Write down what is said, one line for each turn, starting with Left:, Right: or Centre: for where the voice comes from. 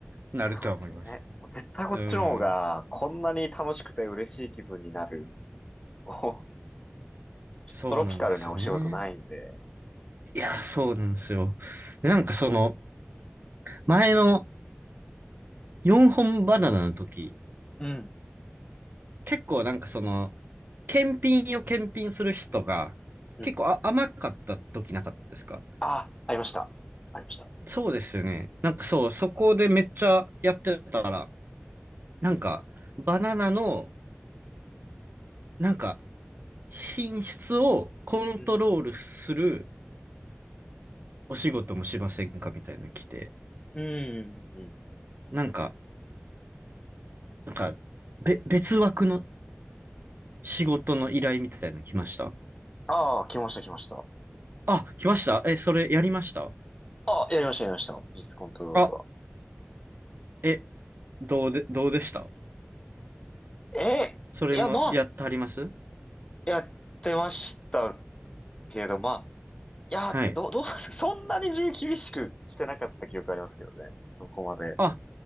Right: なるとは思います。
Left: そうですよね。もう絶対こっちの方が、
Right: うん。
Left: こんなに楽しくて嬉しい気分になる、<laughs> こう
Right: そうなんですよね。
Left: トロピカルなお仕事ないんで。
Right: いや、そうなんですよ。で、なんかその、前の4本バナナの時、
Left: うん。
Right: 結構なんかその、検品を検品する人が、
Left: うん。
Right: 結構あ甘かった時なかったですか
Left: あ、ありました。ありました。
Right: そうですよね。なんかそう、そこでめっちゃやってたら、なんか、バナナの、なんか、品質をコントロールする
Left: うん。
Right: お仕事もしませんかみたいなの来て、
Left: うん。うん。
Right: なんか、なんか、べ、別枠の仕事の依頼みたいなの来ました
Left: ああ、来ました、来ました。
Right: あ、来ましたえ、それやりました
Left: あ、やりました、やりました。ミスコントロールは。
Right: あ、え、どうで、どうでした
Left: えいや、
Right: それもやってはります
Left: まあ、やってましたけど、まあ、いや、
Right: はい。
Left: どう、どう、<laughs> そんなに自分厳しくしてなかった記憶ありますけどね。そこまで。
Right: あ、